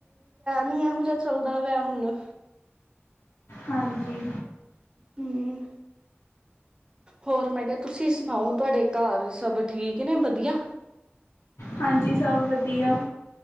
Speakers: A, on the right; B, on the left.
A: ਨੀ ਇਹੋ ਜਿਹਾ ਚੱਲਦਾ ਵੈ ਹੁਣ
B: ਹਾਂਜੀ
A: ਹਮ ਹੋਰ ਮੈਂ ਕਿਹਾ ਤੁਸੀਂ ਸੁਣਾਓ ਤੁਹਾਡੇ ਘਰ ਸਭ ਠੀਕ ਨੇ ਵਧੀਆ
B: ਹਾਂਜੀ ਸਭ ਵਧੀਆ